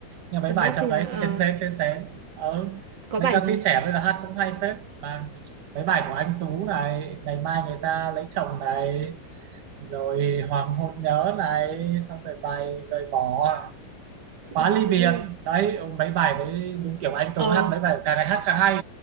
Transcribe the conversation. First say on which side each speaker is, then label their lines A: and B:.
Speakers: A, on the right (about 75°); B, on the right (about 40°).
A: nhưng mấy
B: The
A: bài
B: Masked
A: trong
B: Singer
A: đấy
B: ờ,
A: xén xén xén xén ờ,
B: có
A: mấy
B: bài
A: ca
B: gì?
A: sĩ trẻ bây giờ hát cũng hay phết mà mấy bài của anh Tú này ngày mai người ta lấy chồng này rồi hoàng hôn nhớ này xong rồi bài rời bỏ
B: Ừ,
A: khóa ly biệt
B: Đúng.
A: đấy ừ, mấy bài đấy đúng kiểu anh
B: Ờ
A: Tú hát mấy bài càng ngày hát càng hay